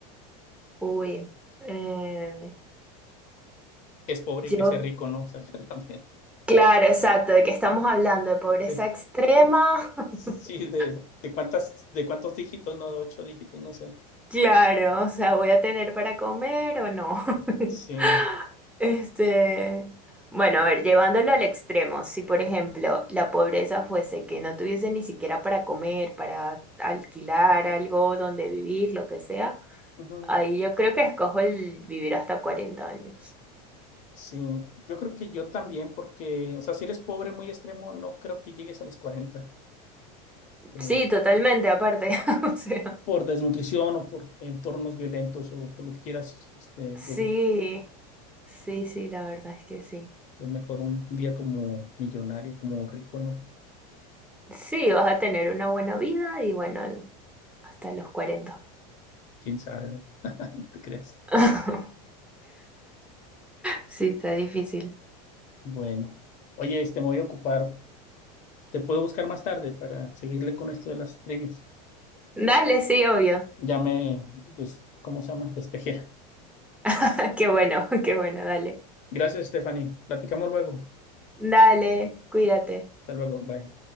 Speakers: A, in the centre; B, on the left (about 40°).
A: uy, eh,
B: Que es pobre y
A: yo
B: que ser rico, ¿no? O sea, <laughs> también.
A: Claro, exacto, de que estamos hablando de pobreza
B: de-
A: extrema. <laughs>
B: sí, de, de cuántas, de cuántos dígitos, no, de ocho dígitos, no sé.
A: Claro, o sea, ¿voy a tener para comer o no? <laughs>
B: Sí.
A: Este, bueno, a ver, llevándolo al extremo, si por ejemplo la pobreza fuese que no tuviese ni siquiera para comer, para alquilar algo donde vivir, lo que sea,
B: Ujú.
A: ahí yo creo que escojo el vivir hasta 40 años.
B: Sí, yo creo que yo también, porque, o sea, si eres pobre muy extremo, no creo que llegues a los 40. Eh,
A: Sí, totalmente, aparte, <laughs> o sea,
B: por desnutrición o por entornos violentos o por lo que quieras, este,
A: sí,
B: yo creo
A: sí, sí, la verdad es que sí.
B: que es mejor un día como millonario, como rico, ¿no?
A: Sí, vas a tener una buena vida y bueno, el- hasta los cuarenta.
B: Quién sabe, no te creas.
A: <laughs> Sí, está difícil.
B: Bueno, oye, este, me voy a ocupar. Te puedo buscar más tarde para seguirle con esto de las trivias.
A: Dale, sí, obvio.
B: Ya me, des- ¿cómo se llama? Despejé.
A: <laughs> Qué bueno, qué bueno, dale.
B: <laughs> Gracias, Stephanie. Platicamos luego.
A: Dale, cuídate.
B: Hasta luego. Bye.